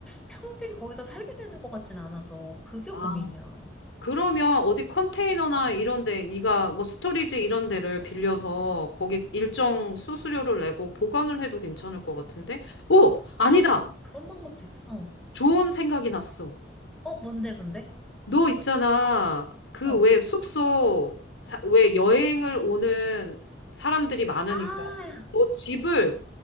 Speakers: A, in the centre; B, on the left.
A: 평생 거기서 살게 되는 것 같진 않아서 그게
B: 아,
A: 고민이야.
B: 그러면 어디 컨테이너나 이런 데, 네가 뭐 스토리지 이런 데를 빌려서 거기 일정 수수료를 내고 보관을 해도 괜찮을 것 같은데? 오, 아니다.
A: 아, 그런 방법도 있구나. 어.
B: 좋은 생각이 났어.
A: 어, 뭔데, 뭔데?
B: 너 있잖아. 그
A: 어.
B: 왜 숙소, 사- 왜 여행을 오는 사람들이 많으니까
A: 아,
B: 너 집을